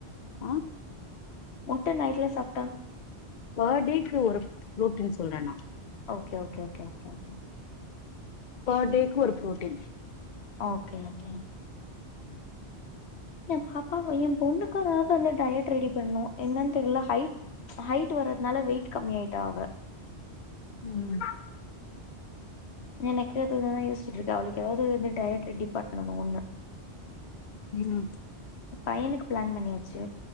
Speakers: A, on the left (about 50°); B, on the left (about 70°).
A: ஆ
B: முட்ட நைட்ல சாப்ட்டா
A: ஃபாட்டிக்கு ஒரு ரொட்டீன் சொல்றே நா
B: ஓகே ஓகே ஓகே கேகே
A: பா டேக்கு ஒரு புரோட்டீன்
B: ஓகே ஓகே என் பாப்பாவைய என் பொண்ணுக்கு ஏதாவது வந்த டயட் ரெடி பண்ணு என்னன்னு தெரில ஹை ஹைட்வர்றதுனால வெயிட் கம்மி ஆயிட்டா அவ
A: ம்
B: எனக்கு அதுதா யோசச்சிட்டு இருக்கே அவளுக்கு எதாவது வந்து டயட் ரெடிபன் நனு ஒண்ணு
A: ம்
B: பையனுக்கு பிளான் பண்ணியாச்சி